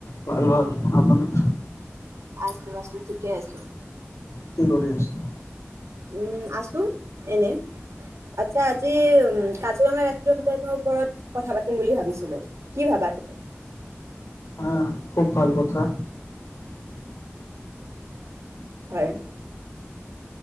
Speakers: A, on the left; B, on the right.
A: ভাল ভাল। আপোনাক?
B: আছো আছো ঠিকে আছো?
A: কি কৰি আছা?
B: উম আছো এনে আচ্ছা আজি উ কাজিৰঙা ৰেষ্টুৰেণ্ট ওপৰত কথা পাতিম বুলি ভাবিছিলো কি ভাবা তুমি।
A: আহা খুব ভাল কথা?
B: হয়?